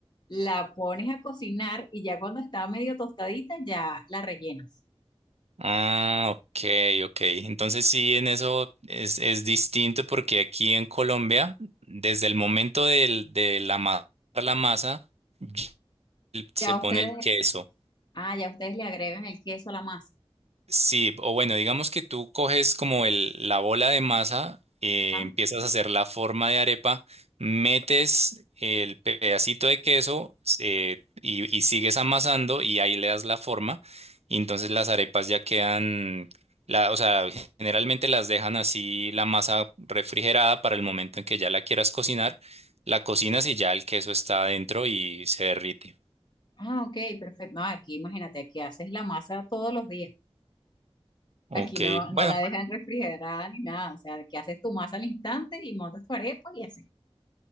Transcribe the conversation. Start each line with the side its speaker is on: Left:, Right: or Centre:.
Left: la pones a cocinar y ya cuando está medio tostadita ya la rellenas.
Right: Ah, ok, ok. Entonces sí, en eso es, es distinto porque aquí en Colombia, desde el momento del, de la ma- la masa, ya se
Left: Ya
Right: pone
Left: ustedes,
Right: el queso.
Left: ah, ya ustedes le agregan el queso a la masa.
Right: Sí, o bueno, digamos que tú coges como el, la bola de masa, eh,
Left: Ah,
Right: empiezas a hacer la forma de arepa, metes el pedacito de queso eh, y, y sigues amasando y ahí le das la forma y entonces las arepas ya quedan, la, o sea, generalmente las dejan así la masa refrigerada para el momento en que ya la quieras cocinar, la cocinas y ya el queso está adentro y se derrite.
Left: ah, ok, perfecto. No, aquí imagínate, aquí haces la masa todos los días.
Right: Ok,
Left: Aquí no,
Right: bueno.
Left: no la dejan refrigerada ni nada. O sea, aquí haces tu masa al instante y montas tu arepa y así.